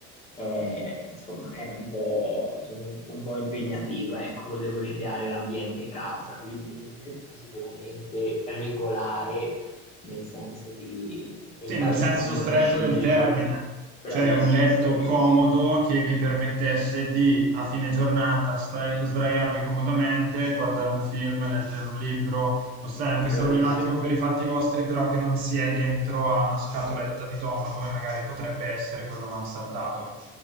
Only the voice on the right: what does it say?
Sì,
nel senso stretto
del termine,
cioè un letto
comodo che vi permettesse di a fine giornata stai- sdraiarvi comodamente, guardare un film, leggere un libro, o stare anche
solo lì un attimo per i fatti vostri, però che non si è dentro a una scatoletta di tonno come magari potrebbe essere quello mansardato.